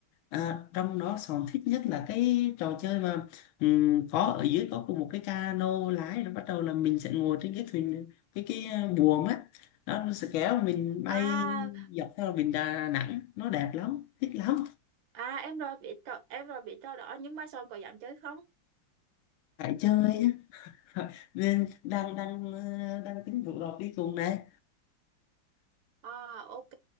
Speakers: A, on the left; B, on the right.
A: À, trong đó Sòn thích nhất là cái trò chơi mà ừm, có ở dưới có cùng một cái cano lái rồi bắt đầu là mình sẽ ngồi trên cái thuyền cái cái à, buồm á đó nó sẽ kéo mình bay
B: À
A: dọc theo biển Đà Nẵng nó đẹp lắm thích lắm
B: À em rồi bị trò, em rồi bị trò đỏ nhưng mai sau em có dám chơi không?
A: phải chơi á. <laughs> nên đang đang ờ, đang tính rủ đọc đi cùng này
B: À ok